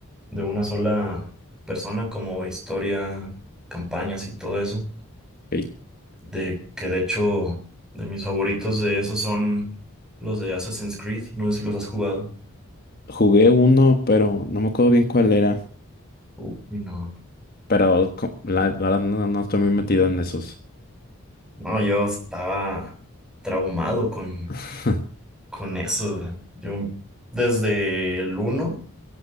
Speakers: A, in the centre; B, on the left.
A: de una sola persona, como historia, campañas y todo eso.
B: ok.
A: De que de hecho, de mis favoritos de esos son los de Assassin's Creed. No sé si los has jugado.
B: Jugué uno, pero no me acuerdo bien cuál era.
A: Uy, no.
B: Pero co- la la verdad no, no estoy muy metido en esos.
A: No, yo estaba traumado con
B: <laughs>
A: Con eso, yo desde el uno